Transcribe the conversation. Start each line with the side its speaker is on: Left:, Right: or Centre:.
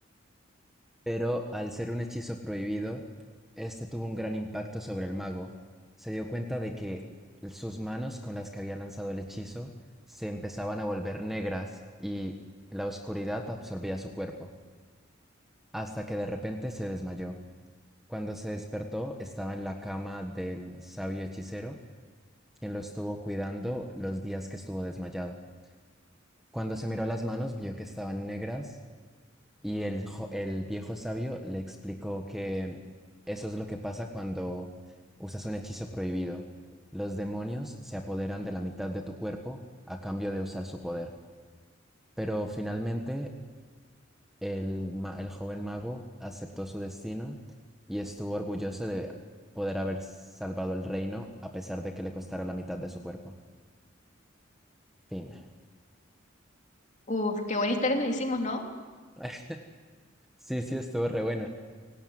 Centre: pero al ser un hechizo prohibido, este tuvo un gran impacto sobre el mago. Se dio cuenta de que sus manos con las que había lanzado el hechizo se empezaban a volver negras y la oscuridad absorbía su cuerpo, hasta que de repente se desmayó. Cuando se despertó, estaba en la cama del sabio hechicero quien lo estuvo cuidando los días que estuvo desmayado. Cuando se miró las manos, vio que estaban negras y el, jo- el viejo sabio le explicó que eso es lo que pasa cuando usas un hechizo prohibido. Los demonios se apoderan de la mitad de tu cuerpo a cambio de usar su poder. Pero finalmente el, ma- el joven mago aceptó su destino y estuvo orgulloso de poder haber salvado el reino a pesar de que le costara la mitad de su cuerpo. Fin.
Left: Uf, qué buena historia nos hicimos, ¿no?
Centre: <laughs> Sí, sí, estuvo re buena.